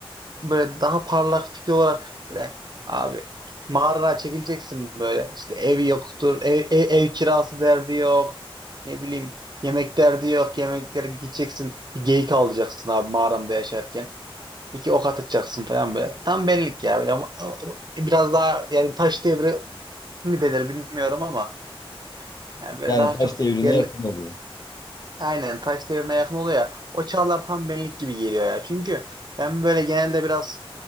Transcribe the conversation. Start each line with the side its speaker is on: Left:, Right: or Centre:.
Right: böyle daha parlak fikir olarak böyle abi mağarana çekileceksin böyle işte ev yoktur ev, ev, ev kirası derdi yok ne bileyim yemek derdi yok yemeklere gideceksin bir geyik avlayacaksın abi mağaranda yaşarken iki ok atacaksın falan böyle tam benlik ya böyle ama- ama- ama biraz daha yani taş devri mi denir bilmiyorum ama yani böyle
Left: Yani
Right: daha
Left: taş
Right: çok
Left: devrine
Right: yer
Left: yakın oluyor.
Right: Aynen taş devrine yakın oluyor ya. O çağlar tam benlik gibi geliyor ya. Çünkü ben böyle genelde biraz